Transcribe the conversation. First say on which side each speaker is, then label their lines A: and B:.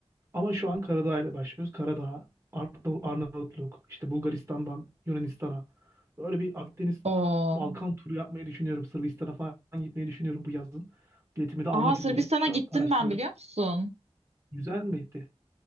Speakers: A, on the right; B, on the right.
A: ama şu an Karadağ ile başlıyoruz. Karadağ, Arnav- Arnavutluk, işte Bulgaristan'dan Yunanistan'a. Böyle bir Akdeniz
B: Oo.
A: Balkan turu yapmayı düşünüyorum. Sırbistan'a falan gitmeyi düşünüyorum bu yazın. Biletimi de almak
B: Aa Sırbistan'a
A: üzereyim. Şu
B: gittim
A: an araştırıyorum.
B: ben biliyor musun?
A: Güzel miydi?